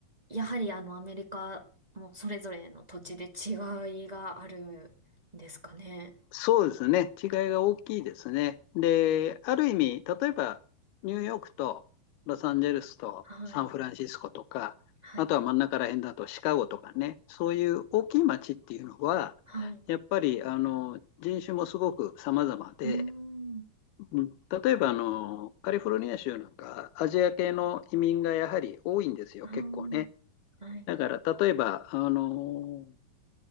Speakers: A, on the right; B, on the left.
A: ー、やはりあのアメリカもそれぞれの土地で違いがあるんですかね。
B: そうですね。違いが大きいですね。で、ある意味、例えばニューヨークとロサンゼルスとサンフランシスコとか、
A: はい。はい。
B: あとは真ん中ら辺だとシカゴとかね、そういう大きい街っていうのは、
A: はい。
B: やっぱりあの人種もすごく様々で、
A: うーん。
B: うん例えばあのカリフォルニア州なんかアジア系の移民がやはり多いんですよ、
A: あー
B: 結構ね。
A: はい。
B: だから例えばあの